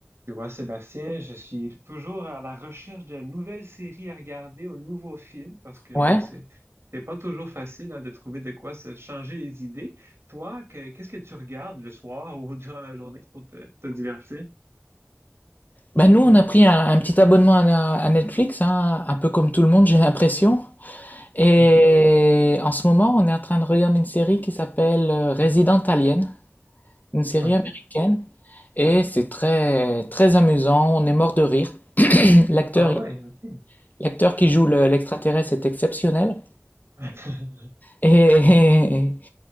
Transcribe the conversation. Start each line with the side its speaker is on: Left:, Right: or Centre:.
Right: Tu vois, Sébastien, je suis toujours à la recherche de nouvelles séries à regarder, ou de nouveaux films, parce que
Left: Ouais.
Right: bon, c'est c'est pas toujours facile hein, de trouver de quoi se changer les idées. Toi, que- qu'est-ce que tu regardes le soir ou <laughs> durant la journée pour te, te divertir?
Left: Bah nous, on a pris un, un petit abonnement à, à Netflix, hein, un peu comme tout le monde, j'ai l'impression. Et
Right: Hmm.
Left: en ce moment, on est en train de regarder une série qui s'appelle euh, Resident Alien, une série
Right: OK.
Left: américaine. Et c'est très, très amusant, on est mort de rire. <clears throat> L'acteur,
Right: Ah ouais, OK.
Left: l'acteur qui joue le- l'extraterrestre est exceptionnel.
Right: <laughs>
Left: Et, <laughs>